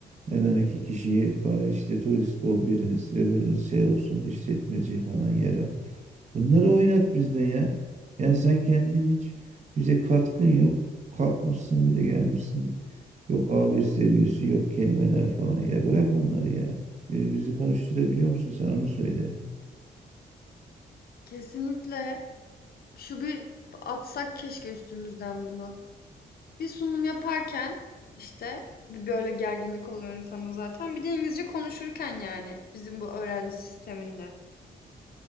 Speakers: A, on the right; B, on the left.
A: hemen iki kişiyi ka- işte turist ol biriniz öbürünüz şey olsun işletmeci falan yerel Bunları oynat bizde ya. Ya sen kendin hiç bize katkın yok. Kalkmışsın bir de gelmişsin. Yok A1 seviyesi yok kelimeler falan. Ya bırak onları ya. Bi- Bizi konuşturabiliyor musun sen onu söyle.
B: Kesinlikle şu bir atsak keşke üstümüzden bunu. Bir sunum yaparken işte bir böyle gerginlik oluyor insanda zaten. Bir de İngilizce konuşurken yani bizim bu öğrenci sisteminde.